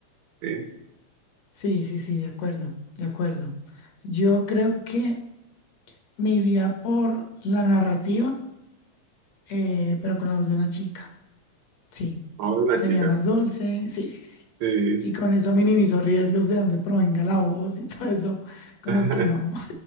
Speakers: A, on the right (about 75°); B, on the left (about 65°).
A: Sí,
B: sí, sí, sí, de acuerdo, de acuerdo. Yo creo que Me iría por la narrativa, eh, pero con la voz de una chica. Sí,
A: vamos de una
B: sería
A: chica.
B: más dulce. Sí, sí, sí.
A: Sí,
B: Y con eso minimizo riesgos de donde provenga la voz y todo eso. Como
A: <laughs>
B: que no.